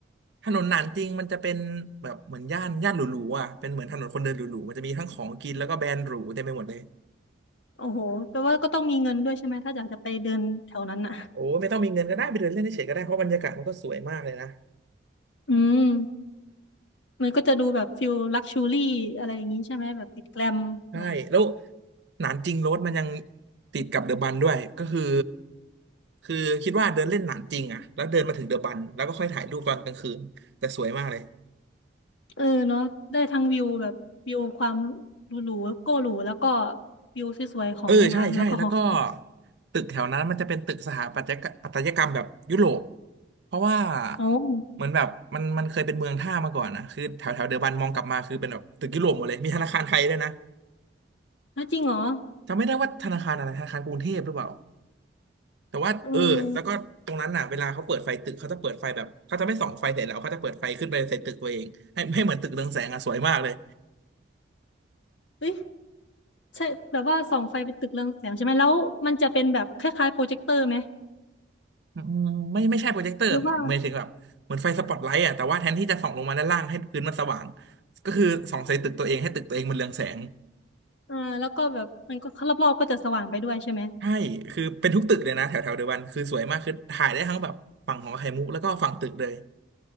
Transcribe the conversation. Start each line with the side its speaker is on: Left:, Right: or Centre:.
Right: ถนนหนานจริงมันจะเป็นแบบเหมือนย่านย่านหรูๆอ่ะเป็นเหมือนถนนคนเดินหรูๆมันจะมีทั้งของกินแล้วก็แบรนด์หรูเต็มไปหมดเลย
Left: โอ้โหแปลว่าก็ต้องมีเงินด้วยใช่ไหม ถ้าอยากจะไปเดินแถวนั้นอ่ะ
Right: โอ้ไม่ต้องมีเงินก็ได้ไปเดินเล่นเฉยๆก็ได้เพราะบรรยากาศมันก็สวยมากเลยนะ
Left: <laughs> อืม มันก็จะดูแบบฟิลลักชูรี่อะไรอย่างนี้ใช่ไหม แบบติดแกลมหน่อย
Right: ใช่แล้วหนานจริงโรดมันยังติดกับเดอะบันด้วยก็คือคือคิดว่าเดินเล่นหนานจริงอะแล้วเดินมาถึงเดอะบันแล้วก็ค่อยถ่ายรูปตอนกลางคืนแต่สวยมากเลย
Left: เออเนาะได้ทั้งวิวแบบวิวความหรูๆโก้หรูแล้วก็วิวสวยๆของแม่น้ำแล้วก็หอคอย
Right: เออใช่ใช่แล้วก็ตึกแถวนั้นมันจะเป็นตึกสถาปัตยกรรมปัตยกรรมแบบยุโรปเพราะว่า
Left: โอ้
Right: เหมือนแบบมันมันเคยเป็นเมืองท่ามาก่อนนะคือแถวแถวเดอะบันมองกลับมาคือเป็นแบบตึกยุโรปหมดเลยมีธนาคารไทยด้วยนะ
Left: แล้วจริงเหรอ
Right: จำไม่ได้ว่าธนาคารอะไรธนาคารกรุงเทพหรือเปล่าแต่ว่าเออแล้วก็ตรงนั้นน่ะเวลาเขาเปิดไฟตึกเขาจะเปิดไฟแบบเขาจะไม่ส่องไฟเสร็จแล้วเขาจะเปิดไฟขึ้นไปใส่ตึกตัวเองให้ให้เหมือนตึกเรืองแสงอ่ะสวยมากเลย
Left: เออเอ้ยใช่แบบว่าส่องไฟเป็นตึกเรืองแสงใช่ไหม แล้วมันจะเป็นแบบคล้ายๆโปรเจคเตอร์ไหม
Right: อืมไม่ไม่ใช่โปรเจคเตอร์หมายถึงแบบเหมือนไฟสปอตไลท์อ่ะแต่ว่าแทนที่จะส่องลงมาด้านล่างให้พื้นมันสว่าง
Left: หรือว่า
Right: ก็คือส่องใส่ตึกตัวเองให้ตึกตัวเองมันเรืองแสง
Left: เออแล้วก็แบบมันก็รอบๆก็จะสว่างไปด้วยใช่ไหม
Right: ใช่คือเป็นทุกตึกเลยนะแถวแถวเดยวกันคือสวยมากคือถ่ายได้ทั้งแบบฝั่งของไข่มุกแล้วก็ฝั่งตึกเลย